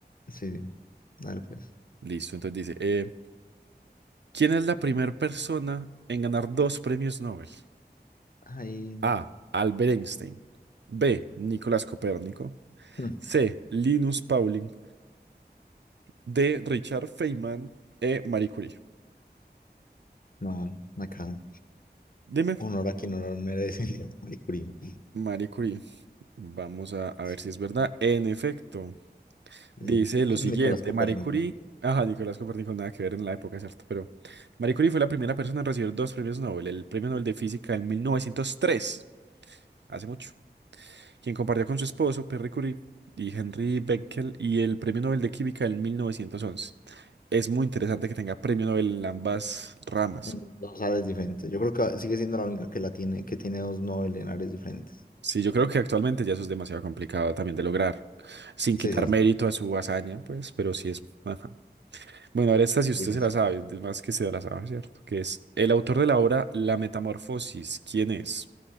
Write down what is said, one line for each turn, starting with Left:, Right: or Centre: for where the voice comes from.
Left: Sí, sí. Dale pues.
Right: Listo, entonces dice, eh, ¿quién es la primera persona en ganar dos premios Nobel?
Left: ahí
Right: A. Albert Einstein. B. Nicolás Copérnico.
Left: mm,
Right: C. Linus Pauling. D. Richard Feynman. E. Marie Curie.
Left: no, acá.
Right: Dime,
Left: Honor a quien honor merece, <laughs> Marie Curie.
Right: Marie Curie. Vamos a, a
Left: Sí,
Right: ver si es verdad. En efecto,
Left: sí.
Right: Dice lo
Left: <laughs>
Right: siguiente,
Left: Nicolás Copérnico.
Right: Marie Curie, ajá, Nicolás Copérnico nada que ver en la época, ¿cierto? Pero Marie Curie fue la primera persona en recibir dos premios Nobel, el Premio Nobel de Física en 1903, hace mucho, quien compartió con su esposo, Pierre Curie, y Henry Becquerel, y el Premio Nobel de Química en 1911. Es muy interesante que tenga premio Nobel en ambas ramas.
Left: en dos Ares diferentes. Yo creo que sigue siendo la única que la tiene, que tiene dos Nobel en áreas diferentes.
Right: Sí, yo creo que actualmente ya eso es demasiado complicado también de lograr, sin
Left: Sí,
Right: quitar
Left: sí,
Right: mérito a su hazaña, pues, pero sí es más Bueno, ahora esta si usted
Left: difícil.
Right: se la sabe, es más que se la sabe, ¿cierto? Que es el autor de la obra La Metamorfosis. ¿Quién es?